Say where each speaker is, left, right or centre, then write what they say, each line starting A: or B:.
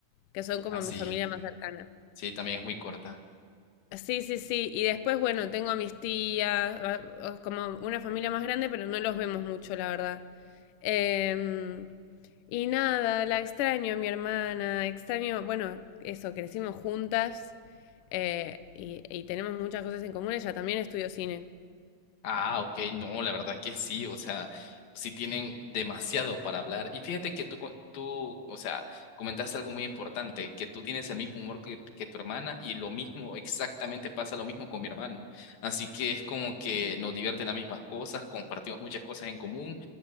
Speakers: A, on the left; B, on the left.
A: que son como
B: Ah, sí,
A: mi familia más cercana.
B: sí, también es muy corta.
A: Sí, sí, sí. Y después, bueno, tengo a mis tías, a- a- como una familia más grande, pero no los vemos mucho, la verdad. Em, y nada, la extraño, a mi hermana, extraño, bueno, eso, crecimos juntas eh, y, y tenemos muchas cosas en común. Ella también estudió cine.
B: Ah, ok, no, la verdad que sí, o sea, sí tienen demasiado para hablar. Y fíjate que tú, co- tú, o sea, comentaste algo muy importante, que tú tienes el mismo humor que, que tu hermana y lo mismo, exactamente pasa lo mismo con mi hermano. Así que es como que nos divierten las mismas cosas, compartimos muchas cosas en común,